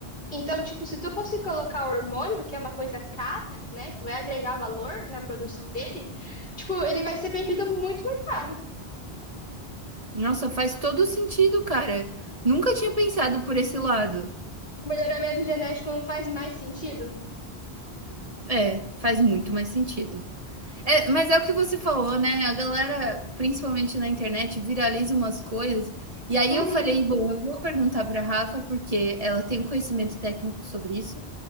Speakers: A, on the left; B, on the right.
A: Então, tipo, se tu fosse colocar o hormônio, que é uma coisa cara, né, que vai agregar valor na produção dele, tipo, ele vai ser vendido muito mais caro.
B: Nossa, faz todo sentido, cara. Nunca tinha pensado por esse lado.
A: O melhoramento genético não faz mais sentido?
B: É, faz muito mais sentido. É, mas é o que você falou, né, a galera, principalmente na internet, viraliza umas coisas, e aí
A: Uhum.
B: eu falei: "Bom, eu vou perguntar para Rafa, porque ela tem um conhecimento técnico sobre isso,